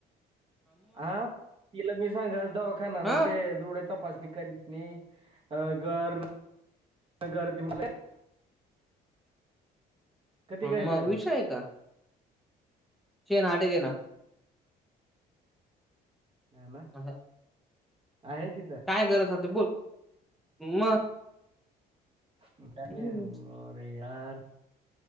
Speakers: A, on the right (about 30°); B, in the centre.
A: हा, तिला मी सांगायाचं दवाखानाला
B: हा
A: ते डोळे तपासणी कर <unintelligible> गर्दी मध्ये <unintelligible> कधी
B: हा
A: काय
B: म
A: मॅडम
B: विषय आहे का. <unintelligible> घे ना
A: हा ना.
B: <unintelligible>
A: आहेत
B: काय गरज होते, बोल मग.
A: का
B: हम्म.
A: नाही अरे यार